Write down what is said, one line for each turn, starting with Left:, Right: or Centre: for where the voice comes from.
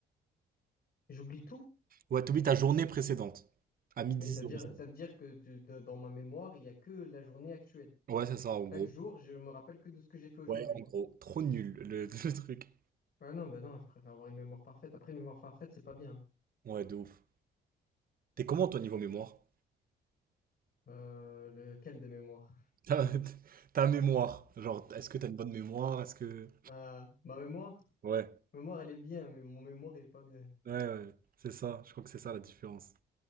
Left: J'oublie tout,
Right: Ouais, t'oublies ta journée précédente. À midi
Left: mais ça
Right: 00.
Left: veut dire, ça veut dire que tu- de- dans ma mémoire, il y a que la journée actuelle.
Right: Ouais, c'est ça, en gros.
Left: Chaque jour, je me rappelle que de ce que j'ai fait aujourd'hui.
Right: Ouais, en gros. Trop nul, le, <laughs> le truc.
Left: Ah non, bah non, je préfère avoir une mémoire parfaite. Après, une mémoire parfaite, c'est pas bien.
Right: Ouais, de ouf. T'es comment, toi, niveau mémoire?
Left: Euh, lequel de mémoire?
Right: <laughs> Ta, ta mémoire. Genre, est-ce que t'as une bonne mémoire? Est-ce que...
Left: Ah, ma mémoire?
Right: Ouais.
Left: Mémoire, elle est bien, mais mon mémoire, il est pas bien.
Right: Ouais, ouais. C'est ça. Je crois que c'est ça, la différence.